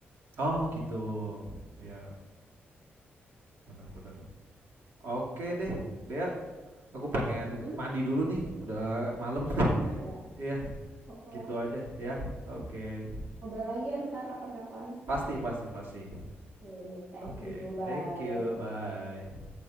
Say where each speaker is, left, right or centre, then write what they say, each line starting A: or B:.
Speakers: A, on the right; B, on the right.
A: Oh gitu. ya benar-benar Oke deh, Dea, aku pengen
B: Mm-mm.
A: mandi dulu nih, udah malam. <laughs>
B: Oh ya,
A: Iya,
B: oke
A: gitu
B: lah.
A: aja ya. Oke.
B: Ngobrol lagi ya ntar kapan-kapan.
A: Pasti pasti pasti.
B: Sip, thank
A: Oke,
B: you, bye.
A: thank you, bye.